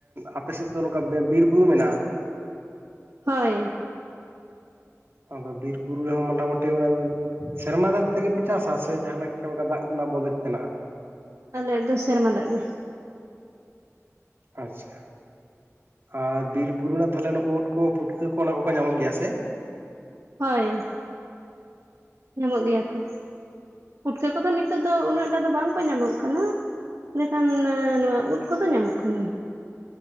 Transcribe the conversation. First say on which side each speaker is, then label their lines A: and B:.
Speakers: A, on the right; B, on the right.
A: ᱟᱯᱮ ᱥᱮᱫ ᱫᱚ ᱱᱚᱝᱠᱟ ᱵᱤᱨ ᱵᱩᱨᱩ ᱢᱮᱱᱟᱜ-ᱟ
B: ᱦᱳᱭ
A: ᱟᱫᱚ ᱵᱤᱨ ᱵᱩᱨᱩ ᱨᱮᱦᱚᱸ ᱢᱚᱴᱟᱢᱳᱴ ᱛᱮ ᱚᱱᱟ ᱫᱚ ᱥᱮᱨᱢᱟ ᱫᱟᱜ ᱛᱮᱜᱮ ᱯᱮ ᱪᱟᱥᱟ ᱥᱮ ᱡᱟᱦᱟᱱᱟᱜ ᱜᱮ ᱚᱱᱠᱟ ᱫᱟᱜ ᱨᱮᱱᱟᱜ ᱵᱚᱱᱫᱮᱡᱽ ᱢᱮᱱᱟᱜ-ᱟ
B: ᱟᱞᱮᱭᱟᱜ ᱫᱚ ᱥᱮᱨᱢᱟ ᱫᱟᱜ ᱜᱮ
A: ᱟᱪᱪᱷᱟ ᱟᱨ ᱵᱤᱨ ᱵᱩᱨᱩ ᱨᱮᱱᱟᱜ ᱛᱟᱦᱚᱞᱮ ᱳᱫᱽ ᱠᱚ ᱯᱩᱴᱠᱟᱹ ᱠᱚ ᱚᱱᱟ ᱠᱚᱠᱚ ᱧᱟᱢᱚᱜ ᱜᱮᱭᱟ ᱥᱮ
B: ᱦᱳᱭ ᱧᱟᱢᱚᱜ ᱜᱮᱭᱟ ᱠᱚ, ᱯᱩᱴᱠᱟᱹ ᱠᱚᱫᱚ ᱱᱤᱛᱚᱜ ᱫᱚ ᱩᱱᱟᱹᱜ ᱴᱟ ᱫᱚ ᱵᱟᱝ ᱠᱚ ᱧᱟᱢᱚᱜ ᱠᱟᱱᱟ ᱮᱸᱰᱮᱠᱷᱟᱱ ᱱᱚᱣᱟ ᱳᱫᱽ ᱠᱚᱫᱚ ᱧᱟᱢᱚᱜ ᱠᱟᱱᱟ